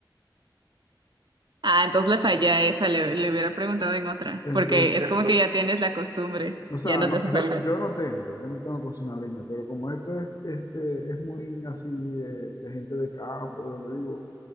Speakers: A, on the right; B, on the left.
A: Ah, entonces le fallé a esa, le, le hubiera preguntado en otra,
B: Entonces,
A: porque es como que ya tienes la costumbre,
B: o sea,
A: ya no
B: no,
A: te hace
B: yo,
A: falta.
B: yo no tengo, yo no tengo cocina a leña, pero como esto es, este, es muy así de, de gente de campo, de donde vivo,